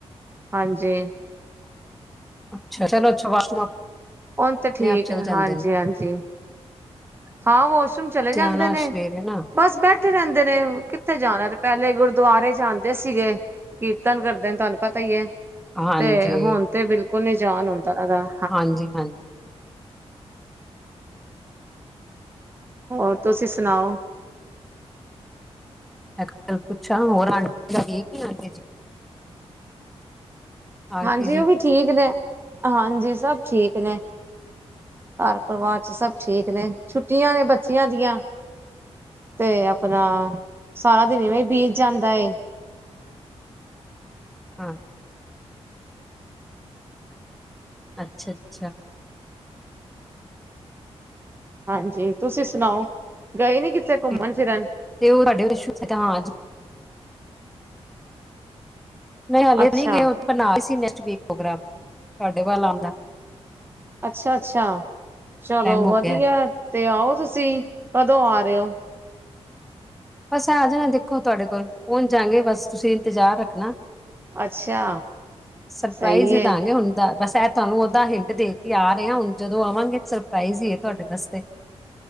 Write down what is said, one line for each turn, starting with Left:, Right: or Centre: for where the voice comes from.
Right: ਹਾਂਜੀ
Centre: ਅੱਛਾ ਚਲੋ ਵਾਸ਼ਰੂਮ
Right: ਉਹ ਤੇ ਠੀਕ
Centre: ਆਪ ਚਲ
Right: ਹੈ
Centre: ਜਾਂਦੇ
Right: ਹਾਂਜੀ
Centre: ਨੇ
Right: ਹਾਂਜੀ ਹਾਂ ਵਾਸ਼ਰੂਮ ਚਲੇ
Centre: ਸਿਆਣਾ
Right: ਜਾਂਦੇ ਨੇ,
Centre: ਸਰੀਰ ਹੈ ਨਾ
Right: ਬਸ ਬੈਠੇ ਰਹਿੰਦੇ ਨੇ, ਕਿੱਥੇ ਜਾਣਾ ਪਹਿਲੇ ਗੁਰਦੁਆਰੇ ਜਾਂਦੇ ਸੀਗੇ ਕੀਰਤਨ ਕਰਦੇ ਨੇ ਤੁਹਾਨੂੰ ਪਤਾ ਹੀ ਹੈ।
Centre: ਹਾਂਜੀ
Right: ਤੇ ਹੁਣ ਤੇ ਬਿਲਕੁਲ ਨਿਜਾਨ ਹੁੰਦਾ ਹੈਗਾ
Centre: ਹਾਂਜੀ ਹਾਂਜੀ
Right: ਹੋਰ ਤੁਸੀਂ ਸੁਣਾਓ
Centre: ਮੈਂ ਗੱਲ ਪੁੱਛਾਂ, ਹੋਰ ਆਂਟੀ ਠੀਕ ਹੈ ਵਿੱਚ ਆਂਟੀ
Right: ਹਾਂਜੀ,
Centre: ਜੀ
Right: ਉਹ ਵੀ ਠੀਕ ਨੇ ਹਾਂਜੀ ਸਭ ਠੀਕ ਨੇ ਘਰ ਪਰਿਵਾਰ ਵਿਚ ਸਭ ਠੀਕ ਨੇ ਛੁੱਟੀਆਂ ਨੇ ਬੱਚਿਆਂ ਦੀਆਂ ਤੇ ਆਪਣਾ ਸਾਰਾ ਦਿਨ ਇਵੇਂ ਹੀ ਬੀਤ ਜਾਂਦਾ ਏ
Centre: ਹਾਂ ਅੱਛਾ, ਅੱਛਾ
Right: ਹਾਂਜੀ, ਤੁਸੀਂ ਸੁਣਾਓ ਗਏ ਨਹੀਂ ਕਿੱਥੇ
Centre: ਠੀਕ।
Right: ਘੁੰਮਣ ਫਿਰਨ
Centre: ਤੇ ਉਹ ਸਾਡੇ ਹਾਂ, ਨਹੀਂ ਹਾਲੇ
Right: ਅੱਛਾ
Centre: ਨਹੀਂ ਗਏ, ਬਸੀ ਨੈਕਟਕ ਪ੍ਰੋਗਰਾਮ ਤੁਡੇ ਵੱਲ ਆਉਂਦਾ।
Right: ਅੱਛਾ ਅੱਛਾ, ਚਲੋ
Centre: ਹੋ
Right: ਵਧੀਆ
Centre: ਗਿਆ
Right: ਤੇ ਆਓ ਤੁਸੀਂ ਕਦੋਂ ਆ ਰਹੇ ਹੋ
Centre: ਬਸ ਆ ਜਾਣਾ ਦੇਖੋ ਤੁਹਾਡੇ ਕੋਲ ਪਹੁੰਚ ਜਾਂਗੇ ਬਸ ਤੁਸੀਂ ਇੰਤਜ਼ਾਰ ਰੱਖਣਾ
Right: ਅੱਛਾ
Centre: ਸਰਪ੍ਰਾਈਜ਼
Right: ਸਹੀ ਹੈ
Centre: ਈ ਦਾਂ ਗੇ ਹੁਨ ਤਾ, ਬਸ ਐ ਤੁ ਆਨੂੰ ਔਦਾਂ ਹਿੰਟ ਦੇਤੀ ਆ ਰੇ ਆਂ, ਹੁਣ ਜਦੋਂ ਆਵਾਂਗੇ ਸਰਪ੍ਰਾਈਜ਼ ਈ ਐ, ਤੁ ਆਡੇ ਵਾਸਤੇ।